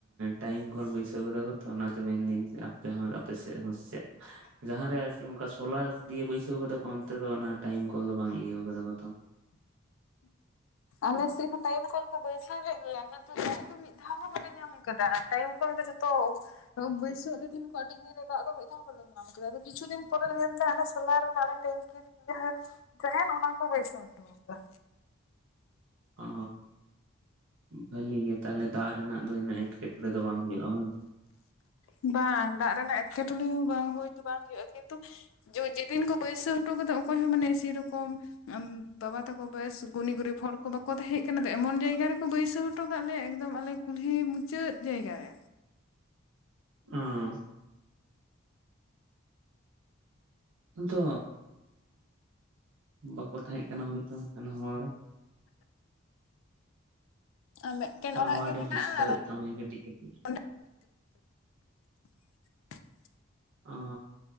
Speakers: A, on the right; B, on the left.
A: ᱴᱟᱭᱤᱢ ᱠᱚᱞ ᱵᱟᱹᱭᱥᱟᱹᱣ ᱠᱟᱫᱟ ᱠᱚ ᱛᱚ ᱚᱱᱟᱛᱮ ᱢᱮᱱᱫᱟᱹᱧ ᱟᱯᱮ ᱦᱚᱸ ᱟᱯᱮ ᱥᱮᱫ ᱦᱟᱸ ᱪᱮᱫ ᱡᱟᱦᱟᱸᱨᱮ ᱟᱨᱠᱤ ᱚᱱᱠᱟ ᱥᱳᱞᱟᱨ ᱫᱤᱭᱮ ᱵᱟᱹᱭᱥᱟᱹᱣ ᱠᱟᱫᱟ ᱠᱚ ᱚᱱᱛᱮ ᱫᱚ ᱴᱟᱭᱤᱢ ᱠᱚᱞ ᱫᱚ ᱵᱟᱝ ᱤᱭᱟ‍‍ᱹ ᱠᱟᱫᱟ ᱠᱚ ᱛᱚ
B: ᱟᱞᱮᱥᱮᱫ ᱦᱚᱸ ᱴᱟᱭᱤᱢ ᱠᱚᱞ ᱠᱚ ᱵᱟᱹᱭᱥᱟᱹᱣ ᱞᱮᱫ ᱜᱮᱭᱟ ᱠᱤᱱᱛᱩ ᱫᱟᱜ ᱫᱚ ᱢᱤᱫ ᱫᱷᱟᱣ ᱦᱚᱸ ᱵᱟᱞᱮ ᱧᱟᱢ ᱟᱠᱟᱫᱟ ᱴᱟᱭᱤᱢ ᱠᱚᱞ ᱡᱷᱚᱛᱚ ᱵᱟᱹᱭᱥᱟᱹᱣ ᱞᱮ ᱛᱟᱦᱮᱱ ᱠᱚ ᱟᱹᱰᱤ ᱫᱤᱱ ᱨᱮ ᱫᱟᱜ ᱫᱚ ᱢᱤᱫ ᱫᱷᱟᱣ ᱵᱟᱞᱮ ᱧᱟᱢ ᱠᱮᱫᱟ ᱟᱫᱚ ᱠᱤᱪᱷᱩ ᱫᱤᱱ ᱯᱚᱨᱮ ᱢᱮᱱ ᱮᱫᱟ ᱥᱳᱞᱟᱨ ᱨᱮᱱᱟᱜ ᱴᱮᱝᱠᱤ ᱡᱟᱦᱟᱸ ᱛᱟᱦᱮᱱ ᱚᱱᱟ ᱠᱚ ᱵᱟᱹᱭᱥᱟᱹᱣ ᱦᱚᱴᱚ ᱠᱟᱫᱟ
A: ᱚ ᱵᱷᱟᱹᱞᱤ ᱜᱮ ᱛᱟᱦᱞᱮ ᱫᱟᱜ ᱨᱮᱱᱟᱜ ᱫᱚ ᱩᱱᱟᱹᱜ ᱮᱸᱴᱠᱮᱴᱚᱲᱮ ᱫᱚ ᱵᱟᱝ ᱦᱩᱭᱩᱜᱼᱟ
B: ᱵᱟᱝ ᱫᱟᱜ ᱮᱠᱮᱴᱚᱬᱮ ᱦᱚᱸ ᱵᱟᱝ ᱦᱩᱭ ᱫᱚ ᱵᱟᱝ ᱦᱳᱭᱼᱟ ᱠᱤᱱᱛᱩ ᱡᱮᱫᱤᱱ ᱠᱚ ᱵᱟᱹᱭᱥᱟᱹ ᱦᱚᱴᱚ ᱠᱟᱫᱟ ᱚᱠᱚᱭ ᱦᱚᱸ ᱢᱟᱱᱮ ᱥᱮᱨᱚᱠᱚᱢ ᱵᱟᱵᱟ ᱛᱟᱠᱚ ᱵᱮᱥ ᱜᱩᱱᱤ ᱜᱩᱨᱤᱵ ᱦᱚᱲ ᱠᱚ ᱵᱟᱠᱚ ᱛᱟᱦᱮᱸ ᱠᱟᱱᱟ ᱛᱚ ᱮᱢᱚᱱ ᱡᱟᱭᱜᱟ ᱨᱮᱠᱚ ᱵᱟᱹᱭᱥᱟᱹᱣ ᱦᱚᱴᱚ ᱠᱟᱜ ᱞᱮᱭᱟ ᱟᱞᱮ ᱠᱩᱞᱦᱤ ᱢᱩᱪᱟᱹᱫ ᱡᱟᱭᱜᱟ ᱨᱮ᱾
A: ᱚ ᱛᱚ ᱵᱟᱠᱚ ᱛᱟᱦᱮᱸ ᱠᱟᱱᱟ ᱦᱚᱭ ᱛᱚ ᱦᱚᱲ
B: ᱟᱨ ᱢᱤᱫᱴᱮᱱ
A: ᱴᱟᱣᱟᱨᱮ
B: ᱚᱲᱟᱜ ᱜᱮ ᱢᱮᱱᱟᱜᱼᱟ
A: ᱰᱤᱥᱴᱟᱵ
B: ᱟᱨᱚ
A: ᱮᱫ ᱛᱟᱢᱟᱭ ᱠᱟᱹᱴᱤᱡ ᱠᱟᱹᱴᱤᱡ
B: ᱚᱸ <unintelligible> ᱻ <unintelligible>
A: ᱚ